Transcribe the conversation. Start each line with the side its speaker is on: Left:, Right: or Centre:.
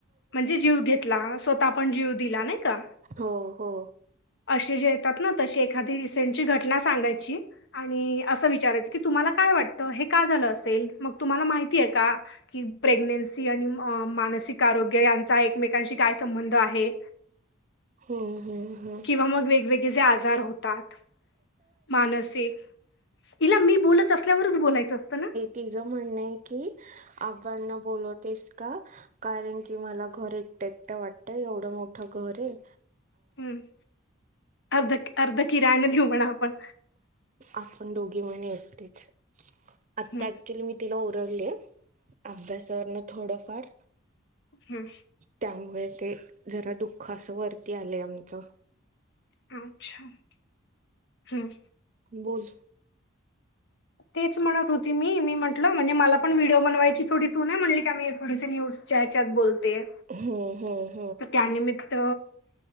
Left: म्हणजे जीव घेतला स्वःता पण जीव दिला नाय का
Right: हो हो
Left: अशी जे येतात ना तशी एखादी रिसेनचीघटना सांगायची आणि असं विचारायचं की तुम्हाला काय वाटतं? हे का झालं असेल मग तुम्हाला माहितीये का प्रे मेल्सी आणि मानसिक आरोग्य यांचा एकमेकांशी काय संबंध आहे.
Right: हम्म हम्म हम्म
Left: किंवा मग वेगवेगळेे आजार होत ताट मानसिक हिला मी बोलत असल्यावरच बोलायचं असतं. ना
Right: तिज म्हणणंय की आपण न बोलवतेस. का कारण की मला घर एकटं एकटं वाटतय एवढं मोठं घर ये
Left: हम्म अर्ध अर्ध किराण घीऊ ना आपण.
Right: आपण दोघे म्ह एकटेच आता
Left: हं,
Right: ऍक्च्युली मी तिला ओरडले. अभ्यासावरनं थोडंफार
Left: हम्
Right: त्यामुळे ते जरा दुःख असं वरती आलय आमचं
Left: अच्छा हम्म
Right: बोल
Left: तेच म्हणत होती मी मी म्हटलं म्हणजे मला पण व्हिडिओ बनवायची थोडी तू नाही म्हणली का मी थोडीशी न्यूज चहच्यात बोलते
Right: हो हो <unintelligible>
Left: त त्यानिमित्त